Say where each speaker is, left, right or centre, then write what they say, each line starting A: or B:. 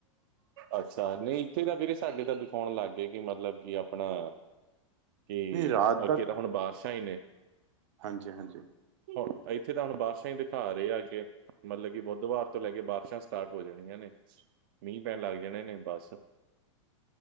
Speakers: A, on the right; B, on the right.
A: ਅੱਛਾ ਨਹੀਂ ਇੱਥੇ ਤਾਂ ਵੀਰੇ ਸਾਡੇ ਤਾਂ ਦਿਖਾਉਣ ਲੱਗ ਗਏ ਕਿ ਮਤਲਬ ਕਿ ਆਪਣਾ ਕਿ
B: ਨਹੀਂ ਰਾਤ
A: ਅੱਗੇ ਤਾਂ ਹੁਣ ਬਾਰਸ਼ਾਂ ਹੀ ਨੇ।
B: ਹਾਂਜੀ-ਹਾਂਜੀ
A: ਹੁਣ ਇੱਥੇ ਤਾਂ ਹੁਣ ਬਾਰਸ਼ਾਂ ਹੀ ਦਿਖਾ ਰਹੇ ਆ ਅੱਗੇ। ਮਤਲਬ ਕਿ ਬੁੱਧਵਾਰ ਤੋਂ ਲੈ ਕੇ ਬਾਰਿਸ਼ਾਂ ਸਟਾਰਟ ਹੋ ਜਾਣੀਆਂ ਨੇ। ਮੀਂਹ ਪੈਣ ਲੱਗ ਜਾਣੇ ਨੇ ਬੱਸ।